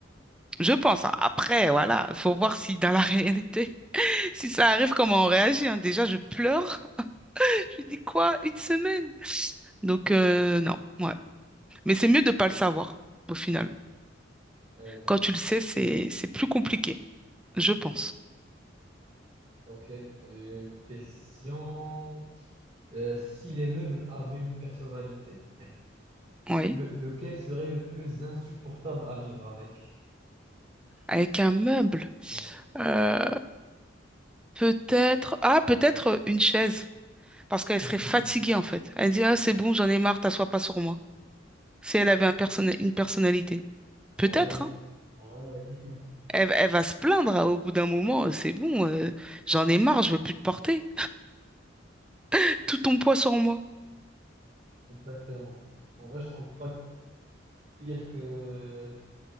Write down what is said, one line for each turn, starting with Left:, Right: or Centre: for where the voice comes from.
Centre: Je pense. hein. Après, voilà, il faut voir si dans la <laughs> réalité, si ça arrive, comment on réagit. hein. Déjà, je pleure. <laughs> Je dis quoi? Une semaine? Donc, euh, non, ouais. Mais c'est mieux de ne pas le savoir, au final.
Right: Eh ben,
Centre: Quand tu le sais, c'est, c'est plus compliqué, je pense.
Right: ok. Euh, Une question. Euh, si les meubles avaient une personnalité,
Centre: Oui.
Right: le- lequel serait le plus insupportable à vivre avec?
Centre: Avec un meuble.
Right: Ouais.
Centre: Euh, Peut-être, ah, peut-être euh, une chaise, parce qu'elle
Right: <laughs>
Centre: serait fatiguée en fait. Elle dit, ah, c'est bon, j'en ai marre, t'assois pas sur moi. Si elle avait un personna- une personnalité, peut-être,
Right: En vrai, oui.
Centre: hein.
Right: En vrai, oui. <laughs>
Centre: Elle, elle va se plaindre hein, au bout d'un moment, euh, c'est bon, euh, j'en ai marre, je veux plus te porter. <laughs> Tout ton poids sur moi.
Right: Exactement. En vrai, je trouve pas pire que...